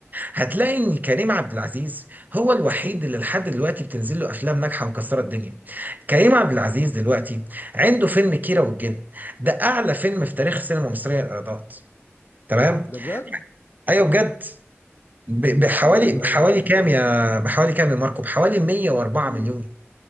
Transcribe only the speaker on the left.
ده بجد؟
يديني منور
امم